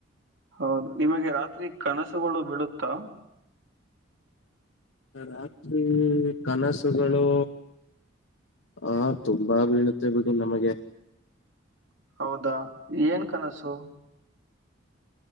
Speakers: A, on the right (about 65°); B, on the left (about 75°).
A: ಹೌದು ನಿಮಗೆ ರಾತ್ರಿ ಕನಸುಗಳು ಬೀಳುತ್ತಾ
B: ರಾತ್ರಿ ಕನಸುಗಳು ಹಾ ತುಂಬಾ ಬೀಳುತ್ತೆ ಬಿಡಿ ನಮಗೆ
A: ಹೌದಾ ಏನ್ ಕನಸು